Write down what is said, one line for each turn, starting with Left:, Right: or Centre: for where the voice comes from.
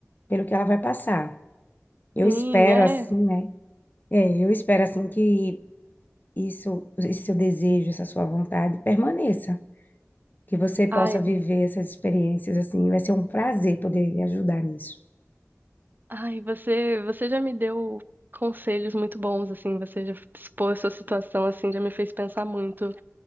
Left: pelo que ela vai passar. Eu
Right: Sim,
Left: espero
Right: é.
Left: assim, né? É, eu espero assim que isso, esse seu desejo, essa sua vontade permaneça, que você possa
Right: Ai,
Left: viver essas experiências assim. Vai ser um prazer poder lhe ajudar nisso.
Right: Ai, você, você já me deu conselhos muito bons, assim, você já expôs sua situação, assim, já me fez pensar muito